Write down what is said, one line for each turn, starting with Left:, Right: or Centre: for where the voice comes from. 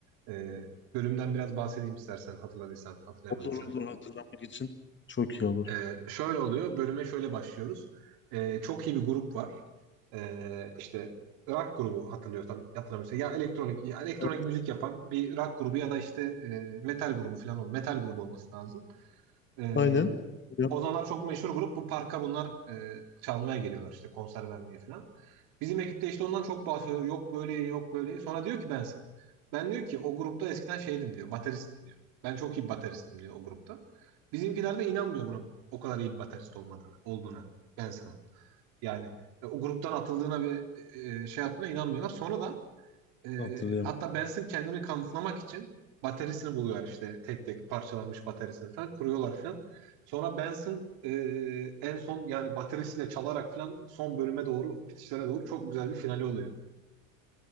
Right: Ee, bölümden biraz bahsedeyim istersen hatırladıysan, hatırlayamadıysan.
Left: Olur olur hatırlamak için. Çok iyi olur.
Right: Ee, şöyle oluyor, bölüme şöyle başlıyoruz. Ee, çok iyi bir grup var. Ee, işte rock grubu hatırlıyorsam hatırlamıyorsam ya elektronik ya elektronik
Left: A-
Right: müzik yapan bir rock grubu ya da işte e, metal grubu falan ol metal grubu olması lazım. Ee,
Left: Aynen. Ya,
Right: o zamanlar çok meşhur grup. Bu parka bunlar e, çalmaya geliyorlar işte konser vermeye falan. Bizim ekipte işte ondan çok bahsediyor. Yok böyle yok böyle. Sonra diyor ki Benson. Ben diyor ki o grupta eskiden şeydim diyor. Bateristim diyor. Ben çok iyi bir bateristim diyor o grupta. Bizimkiler de inanmıyor bunun o kadar iyi bir baterist olmadığını, olduğuna Benson'ın. Yani e, o gruptan atıldığına ve e, e, şey yaptığına inanmıyorlar. Sonradan ee,
Left: Hatırlıyorum.
Right: hatta Benson kendini kanıtlamak için bataryasını buluyor işte tek tek parçalanmış bataryasını falan kuruyorlar falan. Sonra Benson e, en son yani bataryasıyla çalarak falan son bölüme doğru bitişlere doğru çok güzel bir finali oluyor.